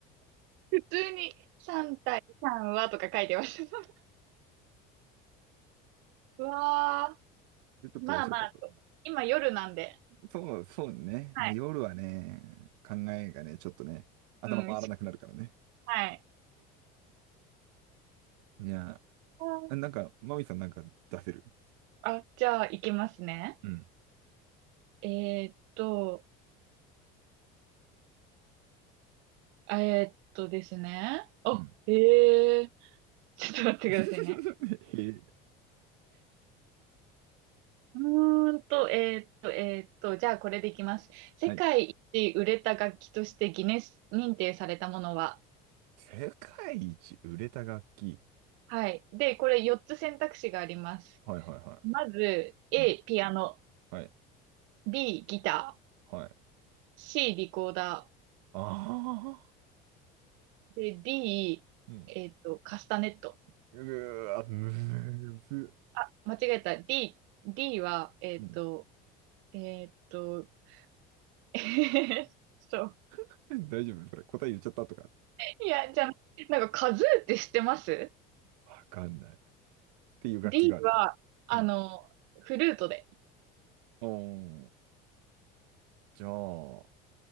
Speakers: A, on the right; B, on the right.
A: 普通に3対3はとか書いてました。<laughs> うわ
B: ちょっと面白かったな。
A: ー、まあまあと。今夜なんで。
B: そう、そうね。
A: はい。
B: まあ、夜はね、考えがね、ちょっとね、頭回らなくなるからね。
A: うん、しはい。
B: いや、
A: あー、
B: なんか、マミさんなんか出せる
A: あじゃあ行きますね。
B: うん。
A: えーっと、えーっとですね。あ、
B: うん。
A: えー、ちょっと待ってくださいね。
B: <laughs> へえ
A: うーんと、えーっと、えーっと、じゃあこれでいきます。世界一売れた楽器としてギネス認定されたものは
B: はい。世界一売れた楽器。
A: はい。で、これ4つ選択肢があります。
B: はいはいは
A: まず、A、
B: い。うん。
A: ピアノ。
B: はい。
A: B、ギター。
B: はい。
A: C、リコーダ
B: ああ。
A: ー。で、D、
B: うん。
A: えっと、カスタネット。
B: うーわ、むず。
A: あ、間違えた。D、D は、えっと、
B: うん。
A: えっと、<laughs> えっと、
B: <laughs> 大丈夫それ。答え言っちゃったとか。
A: いや、じゃあ、なんかカズーって知ってます
B: わかんない。っていう楽器があるの。
A: ?D は、あの、
B: うん。
A: フルートで。
B: おー。じゃあ、